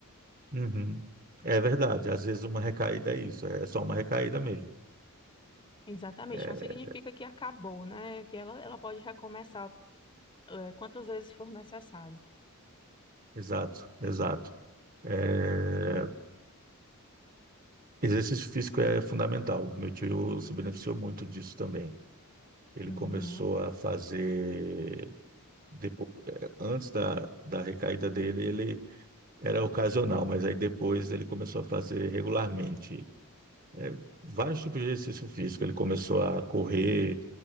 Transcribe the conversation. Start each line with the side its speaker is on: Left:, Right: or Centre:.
Right: uhum. É verdade, às vezes uma recaída é isso, é só uma recaída mesmo.
Left: Exatamente,
Right: É,
Left: não significa que acabou, né? Que ela, ela pode recomeçar eh, quantas vezes for necessário.
Right: exato, exato. É, exercício físico é fundamental. Meu tio se beneficiou muito disso também. Ele
Left: Uhum.
Right: começou a fazer. depo- eh, Antes da, da recaída dele, ele era ocasional, mas aí depois ele começou a fazer regularmente. eh, vários tipos de exercício físico. Ele começou a correr,